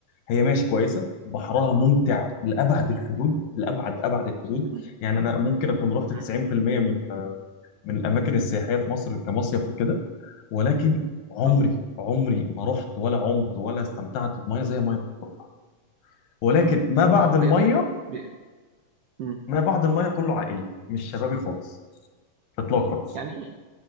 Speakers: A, on the left; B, on the right.
A: هي ماشي كويسه بحرها ممتع لابعد الحدود لابعد ابعد الحدود
B: مم.
A: يعني انا ممكن اكون رحت
B: مم.
A: 90% من من الاماكن السياحيه في مصر كمصيف وكده ولكن عمري
B: اه
A: عمري ما رحت ولا عمت ولا استمتعت بميه زي ميه مطروح ولكن ما بعد
B: اه
A: الميه
B: ما يا ابني بت... ب... مم.
A: ما بعد الميه كله عائلي مش شبابي خالص اطلاقا
B: يعني ايه؟